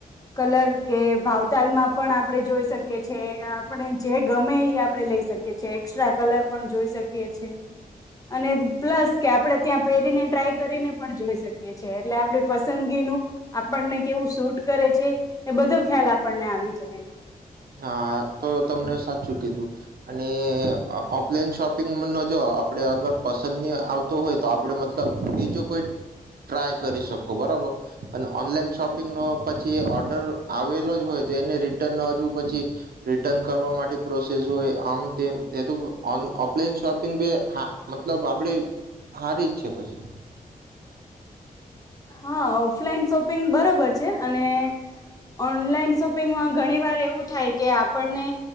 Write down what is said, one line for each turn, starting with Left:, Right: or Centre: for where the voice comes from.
Left: કલર કે ભાવતાલમાં પણ આપડણે જોઈ શકીએ કે આપણે જે ગમે એ આપણે લઈ શકીએ છીએ. એસ્ટ્રા કલર પણ જોઈ શકીએ છીએ. અને પ્લસ કે આપણે ત્યાં પહેરીને ટ્રાય કરીને પણ જોઈ શકીએ છીએ. એટલે આપડી પસંદગીનું આપણને કેવું સુટ કરે છે, એ બધો ખ્યાલ આપણને આવી જાય એમ
Right: હા તો તમને સાચું કીધું અને ઓ ઓફલાઈન શોપિંગ માજો આપણે અગર પસંદની આવતો હોય તો આપણે મતલબ બીજુ કોઈ ટ્રાય કરી શકો બરોબર. અને ઓનલાઈન શોપિંગ નો પછી ઓર્ડર આવેલો જ હોય તો એને રિટર્ન હજુ પછી રિટન કરવા માટે પ્રોસેસ હોય આમ તેમ તે તુ ઓન ઓફલાઈન શોપ પિંગબી હા મતલબ આપડી હારીજ છે પછી
Left: હા ઓફલાઈન શોપિંગ બરોબર છે. અને ઓનલાઈન શોપિંગમાં ઘણી વાર એવું થાય કે આપણને